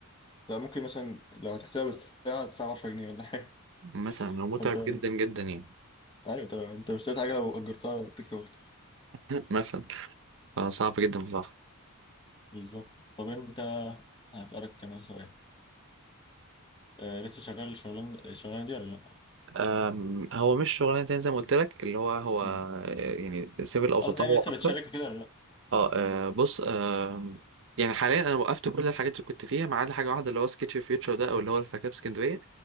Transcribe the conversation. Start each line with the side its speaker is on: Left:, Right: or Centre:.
Left: ده ممكن مثلا لو هتحسبها بالساعة الساعة 10 جنيه ولا حاجة
Right: مثلا
Left: <laughs>
Right: هو متعب
Left: فانت انت-
Right: جدا جدا يعني
Left: ايوه انت انت مش اشتريت حاجة لو اجرتها تكسب اكتر
Right: <laughs> مثلا فصعب جدا بصراحه
Left: بالظبط طب انت هسألك كمان سؤال آه لسه شغال الشغلانة الشغلانة دي ولا لا؟
Right: أم، هو مش شغلانه تاني زي ما قلت لك اللي هو هو آه،
Left: مم.
Right: يعني سيفل او تطوع
Left: قصدي يعني لسه
Right: اكتر
Left: بتشارك كده ولا لا؟
Right: اه آه، بص آه يعني حاليا انا وقفت كل الحاجات اللي كنت فيها ما عدا حاجه واحده اللي هو سكتش فيوتشر ده او اللي هو الفكتاب اسكندريه